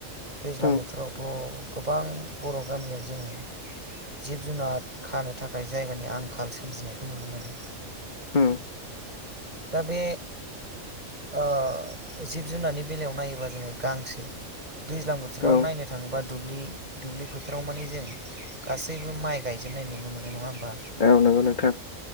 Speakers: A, on the right (about 30°); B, on the left (about 40°).
A: दैज्लां
B: उम
A: बोथोरावथ' गोबां बर' गामियाव जोङो जिब जुनार खानो थाखाय जायगानि आंखाल सोमजिनायखौ नुनो मोनो।
B: उम।
A: दा बे ओ जिब जुनारनि बेलायाव नायोबा जोङो गांसो दैज्लां बोथोराव
B: औ
A: नायनो थाङोबा दुब्लि दुब्लि बोथोराव मानि जों गासैबो माइ गायजोबनाय नुनो मोनो नङा होमबा।
B: औ नंगौ नोंथां।